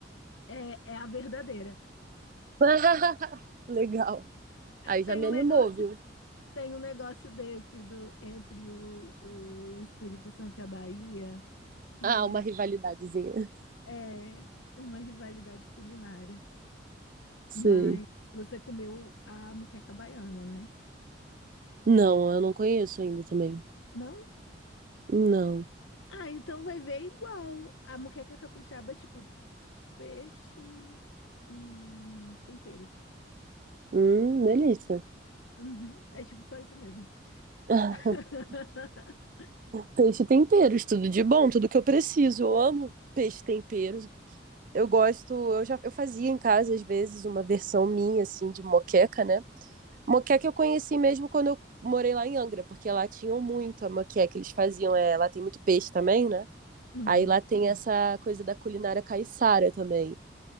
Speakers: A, on the left (about 80°); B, on the right (about 45°).
A: É, é a verdadeira.
B: <laughs> Legal. Aí
A: Tem
B: já me
A: um
B: animou,
A: negócio,
B: viu?
A: tem um negócio desse do entre o, o Espírito Santo e a Bahia, que
B: Ah, uma rivalidadezinha.
A: é, é uma rivalidade culinária.
B: Sei.
A: Mas você comeu a moqueca baiana, né?
B: Não, eu não conheço ainda também.
A: Não?
B: Não.
A: Ah, então vai ver igual. A moqueca capixaba é tipo peixe e temperos.
B: Hum, delícia.
A: Uhum, É tipo só isso mesmo.
B: <laughs>
A: <laughs>
B: Peixe temperos, tudo de bom, tudo que eu preciso. Eu amo peixe tempero. Eu gosto, eu já eu fazia em casa às vezes uma versão minha assim de moqueca, né? Moqueca eu conheci mesmo quando eu morei lá em Angra, porque lá tinham muito a moqueca eles faziam. É, lá tem muito peixe também, né?
A: Uhum.
B: Aí lá tem essa coisa da culinária caiçara também.